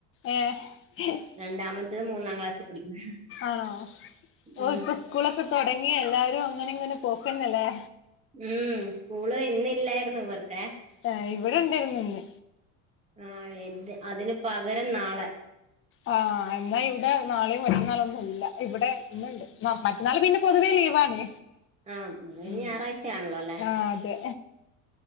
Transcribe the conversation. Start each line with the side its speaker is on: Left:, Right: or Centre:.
Left: ഏഹ്
Right: രണ്ടാമത്തത് മൂന്നാം ക്ലാസ്സി പഠിക്കുന്നു
Left: ആണോ ഓ
Right: ഉം
Left: ഇപ്പൊ സ്കൂളൊക്കെ തൊടങ്ങി എല്ലാരും അങ്ങനെ ഇങ്ങനെ പോകേന്നല്ലേ
Right: ഉം സ്കൂള് ഇന്നില്ലായിരുന്നു ഇവർക്കെ
Left: ഏ ഇവിടെ ണ്ടേര്ന്ന് ഇന്ന്
Right: ആഹ് എൽദ് അതിന് പകരം നാളെ
Left: ആ ഹ് എന്നാ ഇവിടെ നാളെയും മറ്റന്നാളും ഒന്നും ഇല്ല ഇവിടെ ഇന്ന്ണ്ട് മറ്റന്നാൾ പിന്നെ പൊതുവേ ലീവാണ്
Right: ആഹ് ഇന്ന്
Left: ഉം
Right: ഞായറാഴ്ചയാണല്ലോ അല്ലെ
Left: ആ അതെ